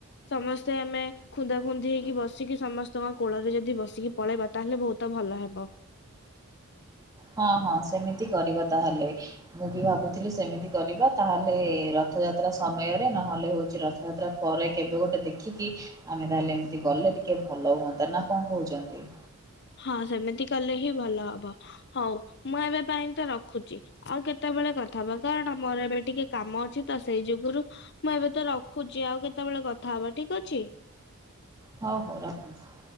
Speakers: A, on the left; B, on the right.
A: ସମସ୍ତେ ଆମେ ଖୁନ୍ଦା ଖୁନ୍ଦି ହେଇକି ବସିକି ସମସ୍ତଙ୍କ କୋଳରେ ଯଦି ବସିକି ପଳେଇବା ତାହେଲେ ବହୁତ ଭଲ ହେବ
B: ହଁ ହଁ ସେମିତି କରିବା ତାହେଲେ ମୁଁ ବି ଭାବୁଥିଲି ସେମିତି କରିବା ତାହେଲେ ରଥଯାତ୍ରା ସମୟରେ ନହେଲେ ହେଉଛି ରଥଯାତ୍ରା ପରେ କେବେ ଗୋଟେ ଦେଖିକି ଆମେ ତାହେଲେ ଏମିତି ଗଲେ ଟିକେ ଭଲ ହୁଅନ୍ତା ନା କଣ କହୁଛନ୍ତି?
A: ହଁ ସେମିତି କଲେ ହିଁ ଭଲ ହବ ହଉ ମୁଁ ଏବେ ପାଇଁ ତ ରଖୁଛି ଆଉ କେତେବେଳେ କଥା ହବା କାରଣ ଆମର ଏବେ ଟିକେ କାମ ଅଛି ତ ସେଇ ଯୁଗୁରୁ ମୁଁ ଏବେ ତ ରଖୁଛି ଆଉ କେତେବେଳେ କଥା ହବା ଠିକ ଅଛି
B: ହଉ ହଉ ରଖନ୍ତୁ